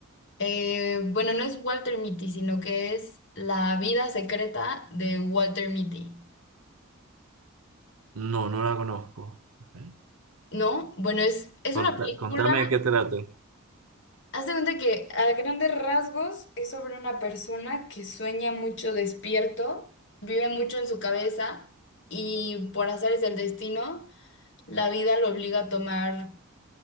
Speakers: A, on the left; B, on the right.
A: Eh, bueno, no es Walter Mitty, sino que es La vida secreta de Walter Mitty.
B: No, no la conozco. Ok.
A: ¿No? Bueno, es, es
B: Conta-
A: una película
B: contame de qué trata.
A: Haz de cuenta que a grandes rasgos es sobre una persona que sueña mucho despierto, vive mucho en su cabeza y por azares del destino, la vida lo obliga a tomar